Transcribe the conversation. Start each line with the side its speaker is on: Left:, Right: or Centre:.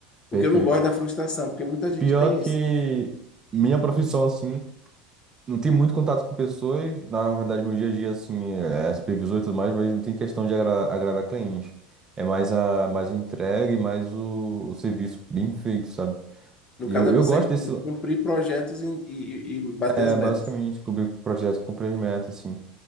Left: Porque
Right: perfeito.
Left: eu não gosto da frustração, porque muita gente
Right: Pior
Left: tem
Right: que
Left: isso.
Right: minha profissão, assim, não tem muito contato com pessoas. Na verdade, meu dia a dia, assim, é é supervisor e tudo mais, mas não tem questão de agra- agradar cliente. É mais a mais a entrega e mais o, o serviço bem feito, sabe?
Left: No
Right: E
Left: caso,
Right: eu,
Left: é
Right: eu
Left: você
Right: gosto desse,
Left: cu- cumprir projetos e, e, e bater
Right: é,
Left: as metas.
Right: basicamente, cobrir projeto com meta assim.